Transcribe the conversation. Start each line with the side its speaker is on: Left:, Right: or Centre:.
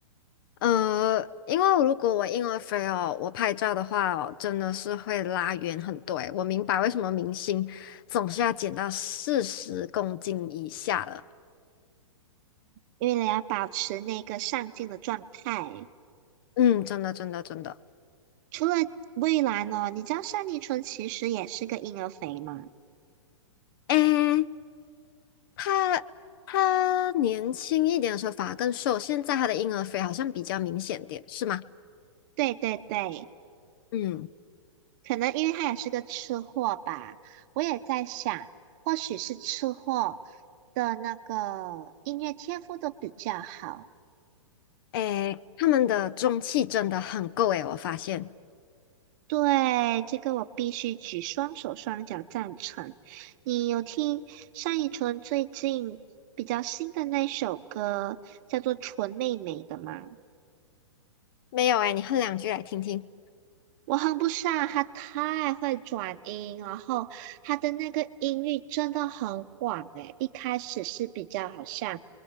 Left: 呃，因为如果我婴儿肥哦，我拍照的话哦，真的是会拉远很多诶。我明白为什么明星总是要减到四十公斤以下了。
Right: 因为你要保持那个上镜的状态。
Left: 嗯，真的，真的，真的。
Right: 除了蔚蓝哦，你知道单立纯其实也是个婴儿肥吗？
Left: 诶，他他年轻一点的时候反而更瘦，现在他的婴儿肥好像比较明显点，是吗？
Right: 对对对，
Left: 嗯，
Right: 可能因为他也是个吃货吧。我也在想，或许是吃货的那个音乐天赋都比较好。
Left: 诶，他们的中气真的很够诶，我发现。
Right: 对，这个我必须举双手双脚赞成。你有听单依纯最近比较新的那首歌叫做《纯妹妹》的吗？
Left: 没有诶，你哼两句来听听。
Right: 我哼不上，她太会转音，然后她的那个音域真的很广诶。一开始是比较好像。